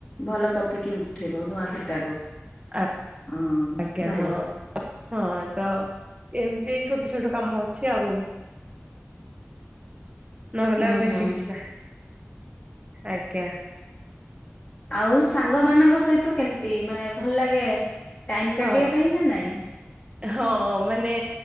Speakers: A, on the left; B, on the right.
A: ଭଲ କପିକି ଉଠେଇବ ନୂଆ ଖାତାକୁ
B: ଆ
A: ହଁ
B: ଆଜ୍ଞା
A: ଭଲ।
B: ହଁ ହଁ ତ ଏମିତି ଛୋଟ ଛୋଟ କାମ ଅଛି। ଆଉ ନହେଲେ
A: ଉୁଁ
B: ଆଉ ବେଶୀ
A: ହୁଁ
B: କିଛି ନାହିଁ। ଆଜ୍ଞା।
A: ଆଉ ସାଙ୍ଗ ମାନଙ୍କ ସହିତ କେମିତି ମାନେ ଭଲ ଲାଗେ ଟାଇମ
B: ହଁ।
A: କାଟିବା ପାଇଁ ନା ନାଇଁ
B: ହଁ ମାନେ